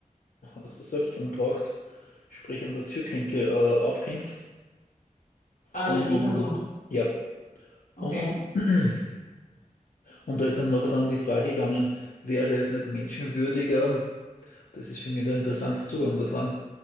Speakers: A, on the left; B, on the left.
A: selbst umgebracht, sprich an der Türklinke äh, aufgehängt.
B: Also
A: Und
B: die Person.
A: ja,
B: Okay.
A: und <clears throat> Und da ist einem nachher dann um die Frage gegangen, wäre es nicht menschenwürdiger, das ist für mich der interessante Zugang daran,